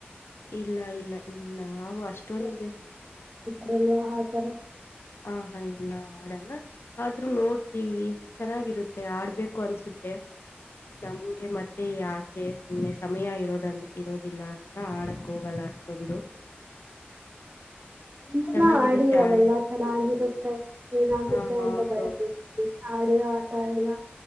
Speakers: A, on the left; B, on the right.
A: ಇಲ್ಲ ಇಲ್ಲ. ಇಲ್ಲ ಆವು ಅಷ್ಟೊಂದೆ.
B: ಗಲ್ವಾ ಆಕಾರ.
A: ಹಾ ಹಾ ಇಲ್ಲ ಆಡಲ್ಲ ಆದ್ರೂ ನೋಡ್ತೀವಿ ಚೆನ್ನಾಗಿರುತ್ತೆ ಆಡ್ಬೇಕು ಅನ್ಸುತ್ತೆ ನಮ್ಗೆ ಮತ್ತೆ ಯಾಕೆ ಸುಮ್ನೆ ಸಮಯ ಇರೋದಲ್ ಇರೋದಿಲ್ಲ ಅಂತ ಆಡಕ್ ಹೋಗಲ್ಲ ಅಷ್ಟೊಂದು.
B: ಇನ್ಸಲ
A: ಚೆನ್ನಾಗಿರುತ್ತೆ
B: ಆಡಿ
A: ಆಡ
B: ಅವೆಲ್ಲಾ ಚೆನ್ನ ನಾಗಿರುತ್ತೆ ಏನಾಗುತ್ತೆ
A: ಹಾ ಹೌದೌದು
B: ಅಂತ ಭಯ ಬಿಡ್ <unintelligible> ಆಡಿರೋ ಆಟ. ಇಲ್ಲ